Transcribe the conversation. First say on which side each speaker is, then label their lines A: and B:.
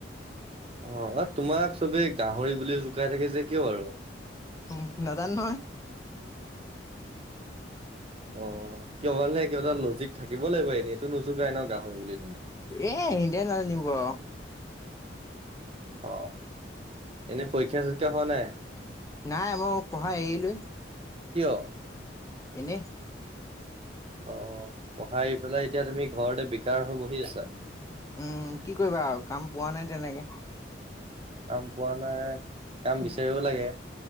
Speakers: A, on the right; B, on the left.
A: অ, তোমাক চবে গাহৰি বুলি জুকাই থাকে যে কিয় আৰু।
B: উম নাজানো নহয়।
A: অ, কিয় মানে কিবা এটা লজিক থাকিব লাগিব এনেইটো নোযুকাই ন গাহৰি বুলি তোমাক।
B: এ সিহঁতে নাজানিব আৰু।
A: অ'। পৰীক্ষা চৰীক্ষা হোৱা নাই
B: নাই মই পঢ়াই এৰিলোৱে।
A: কিয়?
B: এনেই
A: অ', পঢ়াই পেলাই এতিয়া তুমি ঘৰতে বিকাৰ হৈ বহি আছা।
B: উম, কি কৰিবা আৰু কাম পোৱা নাই তেনেকে।
A: কাম পোৱা নাই। কাম বিচাৰিব
B: উম,
A: লাগে